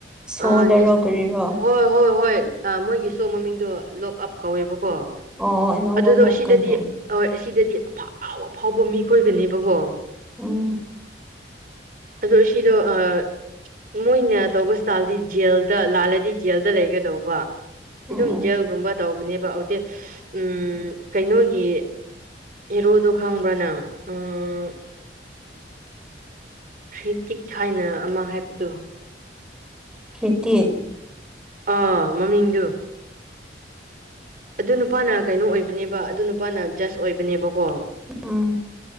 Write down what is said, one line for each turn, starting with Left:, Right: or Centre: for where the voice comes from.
Centre: ꯁꯣꯗꯔꯣ
Right: ꯑꯥ ꯅꯦꯠ
Centre: ꯀꯔꯤꯔꯣ
Right: ꯍꯣ ꯍꯣ ꯍꯣꯏ ꯑꯥ ꯃꯣꯏꯒꯤ ꯃꯃꯤꯡꯗꯨ ꯂꯣꯛ ꯑꯞ ꯀꯧꯋꯦꯕ ꯀꯣ
Centre: ꯑꯣ ꯑꯅꯧꯕ
Right: ꯑꯗꯨꯗꯣ
Centre: ꯑꯃꯨꯛ
Right: ꯑꯁꯤꯗꯗꯤ
Centre: ꯀꯩꯅꯣ
Right: ꯑꯣꯏ ꯑꯁꯤꯗꯗꯤ ꯑꯐꯥꯎ ꯑꯐꯥꯎꯕ ꯃꯤ ꯈꯣꯏꯒꯅꯦꯕꯀꯣ
Centre: ꯎꯝ
Right: ꯑꯗꯣ ꯁꯤꯗꯣ ꯑꯥ ꯃꯣꯏꯅ ꯇꯧꯕ ꯇꯥꯜꯗꯤ ꯖꯦꯜꯗ ꯂꯥꯜꯂꯗꯤ ꯖꯦꯜꯗ ꯂꯩꯒꯗꯧꯕ
Centre: ꯑꯣ
Right: ꯑꯗꯨꯝ
Centre: ꯑꯣ
Right: ꯖꯦꯜꯒꯨꯝꯕ ꯇꯧꯕꯅꯦꯕ ꯗꯦꯠ ꯎꯝ ꯀꯩꯅꯣꯒꯤ ꯑꯦꯔꯣꯗꯣ ꯈꯪꯕ꯭ꯔꯥ ꯅꯪ ꯑꯥ ꯍ꯭ꯔꯤꯇꯤꯛ ꯍꯥꯏꯅ ꯑꯃ ꯍꯥꯏꯕꯗꯣ
Centre: ꯍ꯭ꯔꯤꯇꯤꯛ
Right: ꯑꯥ ꯃꯃꯤꯡꯗꯨ ꯑꯗꯨ ꯅꯨꯄꯥꯅ ꯀꯩꯅꯣ ꯑꯣꯏꯕꯅꯦꯕ ꯑꯗꯨ ꯅꯨꯄꯥꯅ ꯖ꯭ꯠꯁ ꯑꯣꯏꯕꯅꯦꯕꯀꯣ
Centre: ꯎꯝ